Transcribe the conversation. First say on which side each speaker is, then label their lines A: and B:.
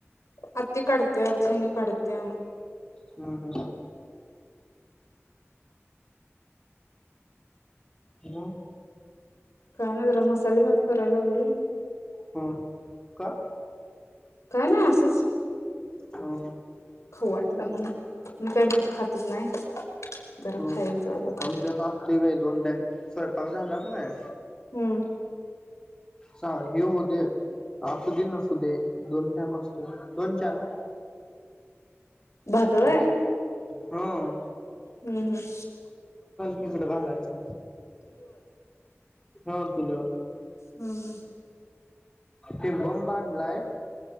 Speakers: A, on the left; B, on the left.
A: हत्ती कडत्या, हेनी कढत्या.
B: हं हं मं!
A: काय नाही जरा मसाले भात, करायला लागली.
B: मग ह का?
A: काय नाही असंच.
B: ह
A: खावू वाटला म्हणून, मी काय भात खातच नाही. जरा
B: हं
A: खायचं आज आता
B: आमच्यात असतोय बाई दोन टाईम सय झालाच नाही.
A: हं
B: चा हे होऊ दे, असू दे नसू दे, दोन टाइम असतोय. दोन चार ना.
A: भात व्हय
B: <inaudible> हं!
A: हुं हुं!
B: हिकडं घालायचं. हं! चुलीवर.
A: हम्म हम्म
B: ते बंब, आणलाय.